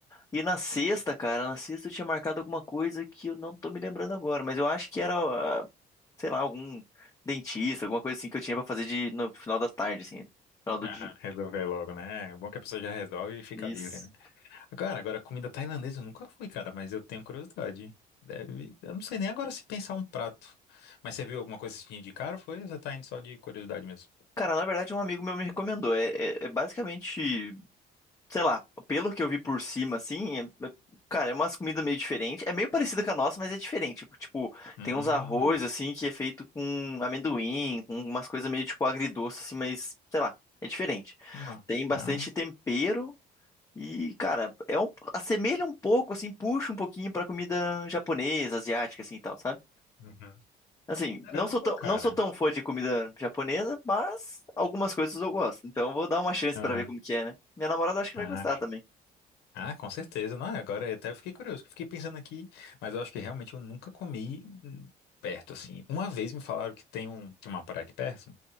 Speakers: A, on the left (about 20°); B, on the left (about 80°).
A: E na sexta, cara, na sexta eu tinha marcado alguma coisa que eu não tô me lembrando agora, mas eu acho que era, ah, sei lá, algum dentista, alguma coisa assim que eu tinha pra fazer de, no final da tarde, assim, no final do
B: Aham,
A: dia.
B: resolver logo, né? É bom que a pessoa já resolve e fica
A: Isso.
B: livre, né? Agora, agora, comida tailandesa eu nunca fui, cara, mas eu tenho curiosidade. Deve... Eu não sei nem agora se pensar um prato. Mas você viu alguma coisa que te indicaram, foi? Ou você tá indo só de curiosidade mesmo?
A: Cara, na verdade, um amigo meu me recomendou. É, é- é basicamente, sei lá, pelo que eu vi por cima, assim, é- é- cara, é umas comidas meio diferentes. É meio parecida com a nossa, mas é diferente. Tipo,
B: Hum,
A: tem uns arroz, assim, que é feito com amendoim, com umas coisas meio, tipo, agridoce, assim, mas, sei lá, é diferente.
B: que ma-
A: Tem bastante
B: ah,
A: tempero E, cara, é um, assemelha um pouco, assim, puxa um pouquinho pra comida japonesa, asiática, assim, e tal, sabe?
B: uhum.
A: Assim,
B: Caramba,
A: não sou tão,
B: cara.
A: não sou tão fã de comida japonesa, mas algumas coisas eu gosto. Então eu vou dar uma chance
B: Aham.
A: pra ver como que é, né? Minha namorada acho que
B: Ah,
A: vai gostar também.
B: Ah, com certeza. Não, agora eu até fiquei curioso, que eu fiquei pensando aqui, mas eu acho que realmente eu nunca comi hum, perto, assim. Uma vez me falaram que tem um, tem uma praia aqui perto,